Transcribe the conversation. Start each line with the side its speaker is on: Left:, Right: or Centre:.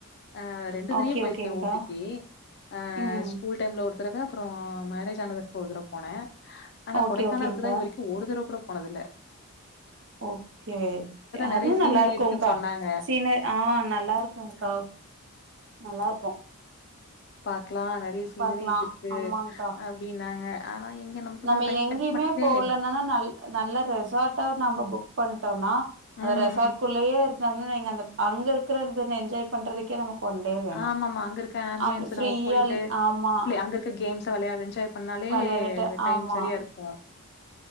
Left: ஆ ரெண்டு தரயு
Right: ஓகே
Left: போயிருக்கே
Right: ஓகேங்க்கா
Left: ஊட்டிக்கி ஆஹ்
Right: ம்
Left: ஸ்கூல் டைம்ல ஒருத் <unintelligible> அப்புற மேரேஜ் ஆனதுக்கு ஒருதடவ போனே ஆனா
Right: ஓகே
Left: கொடைக்கானளுக்கு
Right: ஓகேங்க்கா
Left: தா இது வரைக்கு ஒருதடவ கூட போனதில்லே
Right: ஓகே
Left: நெறைய
Right: அதுவு
Left: சீனரி
Right: நல்லா இருக்கு
Left: இருக்குன்னு
Right: கா
Left: சொன்னாங்க
Right: சீனரி ஆஹ் நல்லா இருக்கு கா நல்லா இருக்கு
Left: இருக்லா நெறைய சீனரிஸ்
Right: பாக்கலா
Left: இருக் ன்டு
Right: ஆமாங்க்கா
Left: அப்டின் னாங்க ஆனா எங்க நமக்குதா
Right: நம்ம
Left: டைம்
Right: எங்கயுமே
Left: கெடைக்க மாட்டேங்குதே
Right: போலனாலு நல் நல்லா ரெசார்ட்டா நம்ம புக் பண்ண ணிடோன அந்த
Left: ம்
Right: ரெசார்ட்குள்ளயே இருந்தோம் நீங்க அந்த அங்க இருக்கிற இத என்ஜாய் பண்றதுக்கே நமக்கு ஒன் டே வேணு
Left: ஆமாமமா அங்க இருக்க ஆம்பியன்ஸ்
Right: அ ஃப்ரீயா
Left: நம்ம போயிட்டு
Right: ஆமா
Left: அங்க இருக்க கேம்ஸ் வெள்ளயச்ச பண்ணாலே
Right: விளையாண்டுட்டு
Left: டைம்
Right: ஆமா
Left: சரியா இருக்கு